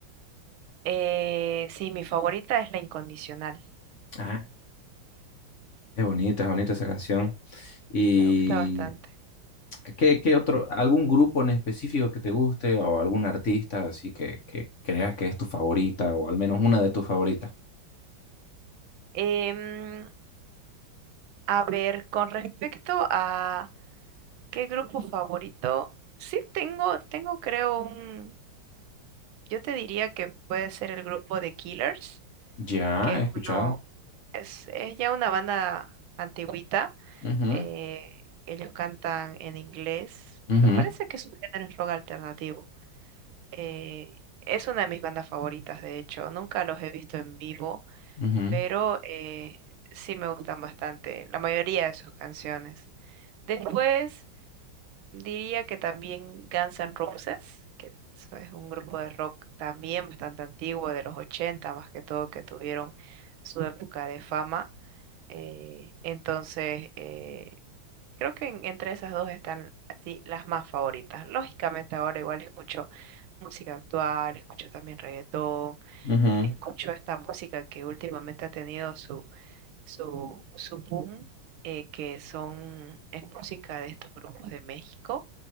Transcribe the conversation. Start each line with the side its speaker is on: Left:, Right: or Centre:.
Right: Eh, sí, mi favorita es La Incondicional.
Left: Ah, es bonita, es bonita esa canción. ¿Y
Right: Me gusta bastante.
Left: qué, qué otro, algún grupo en específico que te guste o algún artista así que, que creas que es tu favorita o al menos una de tus favoritas?
Right: Em, a ver, con respecto a qué grupo favorito, sí tengo, tengo creo un, yo te diría que puede ser el grupo de Killers,
Left: Ya,
Right: que es
Left: he escuchado.
Right: uno, es, es ya una banda antigüita.
Left: Ujú,
Right: eh, ellos cantan en inglés.
Left: ujú,
Right: Me parece que su género es rock alternativo. eh, es una de mis bandas favoritas, de hecho. Nunca los he visto en vivo,
Left: ujú,
Right: pero eh, sí me gustan bastante la mayoría de sus canciones. Después diría que también Guns N' Roses, que eso es un grupo de rock también bastante antiguo, de los 80 más que todo, que tuvieron su época de fama. Eh, entonces, eh, Creo que en- entre esas dos están así las más favoritas. Lógicamente ahora igual escucho música actual, escucho también reggaetón,
Left: ujú.
Right: escucho esta música que últimamente ha tenido su, su, su boom, eh, que son, es música de estos grupos de México,